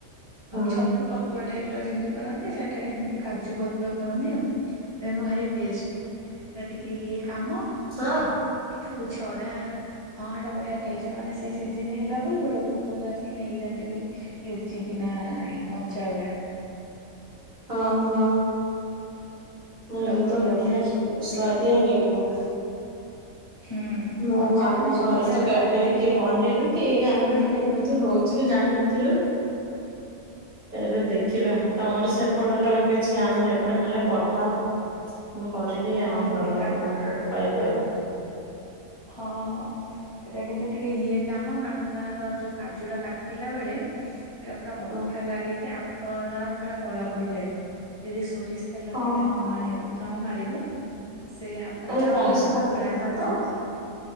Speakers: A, on the right; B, on the left.
A: ହଁ।
B: ଛତୁ ପତୁଆ ଟାଇପ ଯେମତି କରନ୍ତି ସେଟା ଏମିତି କା ଛୁ ପତୁଆ କରନ୍ତି ଆଉ ତେଣୁ ଭାରି ଟେଷ୍ଟ ହେରା ଟିକେ ଇଏ କାମ
A: ହଁ।
B: ତାକୁ ଛଡା ହଁ ହେଇଟା ବଢିଆ ଟେଷ୍ଟ। ମାନେ ସେଇ ସିଜିନ ହେଲା ବେଳକୁ ଲୋକ ବହୁତ ଆସିକି ନେଇଯାଆନ୍ତି ବି। ଲୁଚିକିନା ଏଇ କଞ୍ଚାଗୁରା
A: ହଁ ହଁ।
B: ସେଟା
A: ହଁ ଏ
B: ଭଲ
A: ତ ବଢିଆ
B: ଟେଷ୍ଟ
A: ସ୍ଵାଆଦିଆ
B: ବି ବହୁତ ଲାଗେ।
A: ଲାଗିବ।
B: ହୁଁ
A: ମୁଁ
B: କଞ୍ଚା
A: ଆମ
B: ମାନେ ଶୁଖିଲା
A: ଘରେ ତ
B: ଟା
A: କେବେ
B: ଯାହାହେଲେ
A: ହେ
B: ଟିକେ
A: କିଏ ବନେଇନି କି ଆମେ ଏମିତି ହଉଛି ବି ଜାଣିନଥିଲୁ।
B: ହ
A: ଏବେ ଦେଖିବା ତମର ସେପଟର କିଛି ଆମର ଏପଟେ ନହେଲେ ପଠାଅ। ମୁଁ କରିବି
B: ହଁ
A: ଆମ ଘର
B: ହଁ
A: ଲୋକମାନଙ୍କୁ
B: କାଜୁ
A: ଖୁଆଇବି ଆଉ।
B: ହଁ ହଁ। ଏଇଟା କିନ୍ତୁ ଟିକେ ଇଏ କାମ କାରଣ ତାର ଯୋଉ କାଜୁ ଟା କାଟିଲା ବେଳେ ହେରା ପୁରା ଅଠା
A: ହଁ।
B: ଲାଗିକି ହାତ ଉରା ପୁରା କଳା ପଡିଯାଏ। ଯଦି ସୋରିଶି ତେଲ ହେରିକା
A: ଓହୋ
B: ନ ମାନିବ ନ ମରିବ। ସେ ହାତଟା
A: ଏ ପଣସ କାଠିଲା
B: ପୁରା
A: ଭଳିଆ
B: ଯେମିତି
A: ତ?
B: ଚୋପା